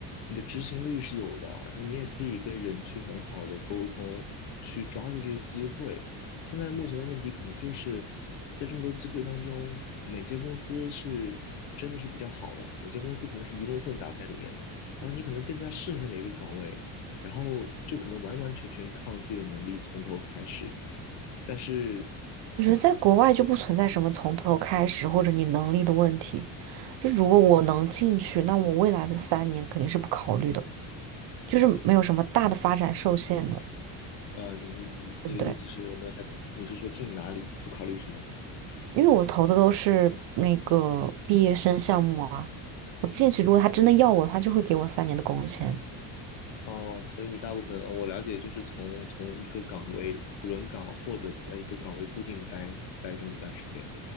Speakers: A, on the left; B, on the right.
A: 你的执行力是有的，然后你也可以跟人去很好的沟通，去抓住这些机会。现在目前的问题可能就是在这么多机会当中，哪些公司是真的是比较好的，哪些公司可能是鱼龙混杂在里面的，然后你可能更加适合哪个岗位，然后就可能完完全全靠你自己的能力从头开始。但是
B: 我觉得在国外就不存在什么从头开始或者你能力的问题。就如果我能进去，那我未来的三年肯定是不考虑的，就是没有什么大的发展受限的，
A: 呃，你你你的意思是我没有太懂，
B: 对不对？
A: 你是说进哪里不考虑什么？
B: 因为我投的都是那个毕业生项目啊，我进去如果他真的要我的话，就会给我三年的工签。
A: 哦，所以你大部分呃我了解就是从从一个岗位轮岗，或者是在一个岗位固定的待待这么一段时间，是